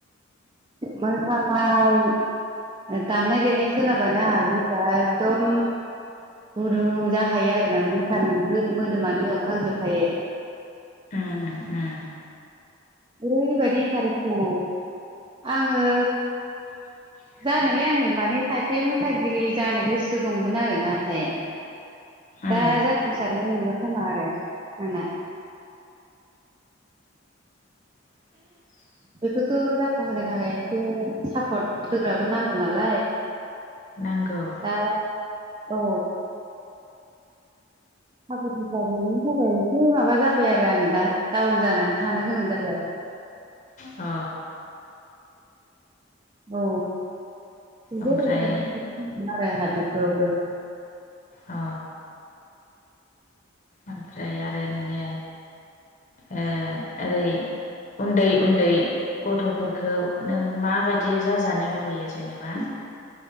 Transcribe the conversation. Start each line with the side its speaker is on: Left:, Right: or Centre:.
Right: मोसानाय दामनाय- देनाय खोनाबानो आंहा गोसोआ एकदम गुदुं जाखायो आरोना। मोसानाय मोदोमानो मेवखांजोबखायो।
Left: ओम ओम।
Right: ओरैबायदि इन्टारेस्ट दङ आङो
Left: <unintelligible>
Right: जानोलाय आङो माने सासे मोसागिरि जानो गोसो दंमोन आरो नाथाय
Left: उम
Right: दा जाफुंसारनाय नंला खोमा आरो आंना।
Left: <unintelligible>
Right: बेफोरखौ जाफुंहोनो थाखाय एसे सापर्ट होग्राबो नांगौ नालाय।
Left: नांगौ।
Right: दा औ। थाखा फैसा गैयिनि थाखाय एसे माबा जाबाय आरो आङो दा डाउन जानानै थानो गोनां जाबाय।
Left: अ।
Right: औ जोबोर
Left: ओमफ्राय
Right: एनटारेसमोन आरो आंहा। बेफोरावबो।
Left: अ। ओमफ्राय आरो नोङो ओ ओरै उन्दै -उन्दै गथ'फोरखौ नों माबायदि जाजानो लुबैयो जेनेबा?